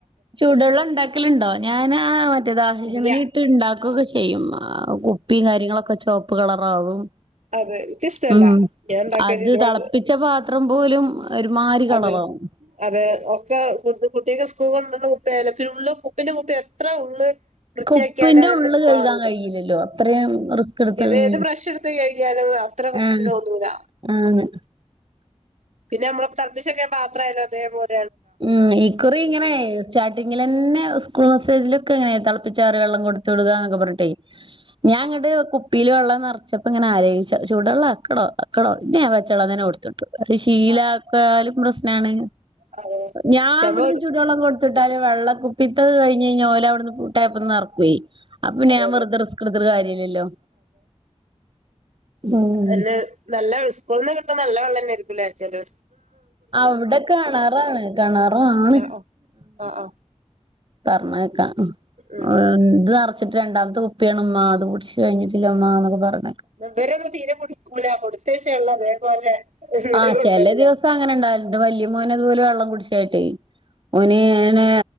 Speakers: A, on the right; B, on the right.
A: ചൂട് വെള്ളം ഉണ്ടാക്കലുണ്ടോ ഞാൻ ആ മറ്റേ ദാഹശമിനി
B: ഇല്ല്യ
A: ഇട്ട് ഉണ്ടാക്കുകൊക്കെ ചെയ്യും കുപ്പിയും കാര്യങ്ങളൊക്കെ ചോ- ഉപ്പ് കളറാവും
B: അതെ ഇനിക്ക ഇഷ്ടല്ല
A: ഉം
B: ഞാൻ ഉണ്ടാക്ക
A: അത്
B: <unintelligible>
A: തിളപ്പിച്ച പാത്രം പോലും ഒരുമാതിരി
B: അതെ
A: കളറാവും
B: അതെ ഒക്കെ കു കുട്ടിയക്കെ സ് സഖ ഉപ്പ പിന്നെ ഉള്ള ഉപ്പിന്റെ മുപ്പ എത്ര ഉള്ളള് വൃത്തിയാക്കിയാലും
A: ക്ക് ഉപ്പിന്റെ ഉള്ള്
B: അ
A: കഴുകാൻ
B: മാറൂല്ല
A: കഴിയില്ലല്ലോ അത്രയും റിസ്ക് എടുത്ത്
B: ഏത് ഏത്
A: ഉം
B: പബ്രഷ് എടുത്ത കഴിഞ്ഞാലും അത്ര വൃത്തി
A: ആഹ്
B: തോന്നൂല
A: ആണ്
B: പിന്നെ നമ്മള തർപ്പിച്ചൊക്കെ മാത്രല്ലോ അതേപോലെ
A: ഉം ഈക്കറി ഇങ്ങനെ സ്റ്റാർട്ടിങ്ങിൽ തന്നെ സ്കൂൾ മെസ്സേജില് ഒക്കെങ്ങനെ തിളപ്പിച്ചറിയ വെള്ളം കൊടുത്തുടുവിട്ക എന്നൊക്കെ പറഞ്ഞട്ടെ ഞാൻങ്ങടെ
B: ആ
A: പപ്പീൽ വെള്ളം നിറച്ചപ്പോൾ ഇങ്ങന ആോചിച്ച ചൂടുെള്ളം അക്കടോ അക്കടോ ഇന്നെ വച്ചെള്ളം തനെ കൊടുത്തിട്ടു അത് ശീലക്കാലും
B: ആ
A: പ്ര ാണ്
B: ആ അതെ
A: ഞാൻ
B: ക്ഷമ
A: ഇവിടുന്ന് ചുടുവെള്ളം കൊടുത്ത് വെള്ളം കുപ്പിത്തല് കഴിഞ്ഞ് കഴിഞ്ഞാ ഓല അവിടുന്ന് നിറക്കുവേ അപ്പറന്നെ
B: അതെ
A: ഞാൻ
B: അതെ
A: വെറുതെ റിസ്ക് എടുത്തിരുന്ന് കാര്യല്ലല്ലോ ഉം
B: എന്നെ നല്ല സ്കുളിന്ന് കിട്ടന്നത് നല്ല വള്ളം തന്നായിരികും നിറച്ചത്
A: അവിടെ കിണാറാണ് കിണാറ ആണ്
B: ആഹ് ആഹ് ആഹ് ആഹ്
A: പറഞ്ഞക്കാം
B: ഉം
A: എ വച്ചിട്ട രണ്ടാമത്തെ കുപ്പയാണ് ഉമ്മ അത് കുടിച്ച് കഴിഞ്ഞിട്ടില്ല ഉമ്മ എന്നൊക്കെ പറഞ്ഞു
B: ഇവറൊന്നും തീരെ കുടിക്കൂല കൊടുത്തയച്ച വെള്ളം <unintelligible>
A: ആഹ്
B: കൊണ്ടരലാണ്
A: ചില ദിവസം അങ്ങനെ ഉണ്ടാകില്ലണ്ട് വല്യ മോനതുപോലെ വെള്ളം കുടിച്ചായിട്ടേ ഓന് അയിന്